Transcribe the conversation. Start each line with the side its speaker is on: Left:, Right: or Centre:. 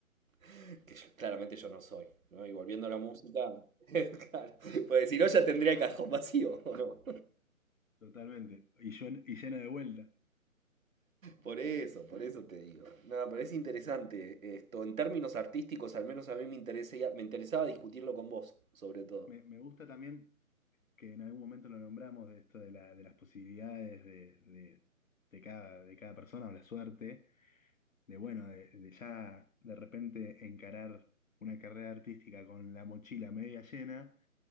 Right: <laughs> que yo- claramente yo no soy, ¿no? Y volviendo a la música, <laughs> claro, pues si no ya tendría el cajón vacío, <laughs> ¿o no?
Left: Totalmente. Y, yo, y llena de vuelta.
Right: Por eso, por eso te digo. No, pero es interesante esto. En términos artísticos, al menos a mí me interesa, me interesaba discutirlo con vos, sobre todo.
Left: Me, me gusta también que en algún momento lo nombramos de esto de, la, de las posibilidades de, de, de cada, de cada persona o la suerte. De bueno, de, de ya de repente encarar una carrera artística con la mochila media llena